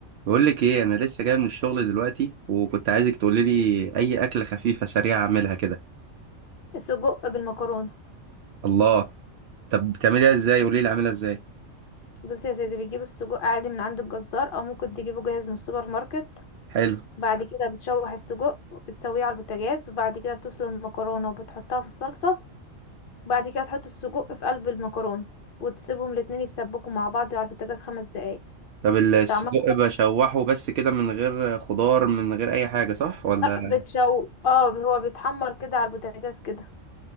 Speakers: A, on the right (about 65°); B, on the left (about 55°).
A: بقول لك ايه انا لسه جاي من الشغل دلوقتي وكنت عايزك تقولي لي اي اكله خفيفه سريعه اعملها كده
B: السجق بالمكرونة
A: الله طب بتعمليها ازاي قولي لي اعملها ازاي
B: بصي يا سيدي بتجيب السجق عادي من عند الجزار او ممكن تجيبه جاهز من السوبر ماركت
A: حلو
B: بعد كده بتشوح السجق وبتسويه على البوتاجاز وبعد كده بتسلق المكرونة وبتحطها في الصلصة وبعد كده تحط السجق في قلب المكرونة وتسيبهم الاتنين يتسبكوا مع بعض على البوتاجاز خمس دقايق
A: طب السجق
B: طعمها
A: بشوحه بس كده من غير خضار من غير اي حاجه صح ولا
B: بقى بتشو اه هو بيتحمر كده على البوتاجاز كده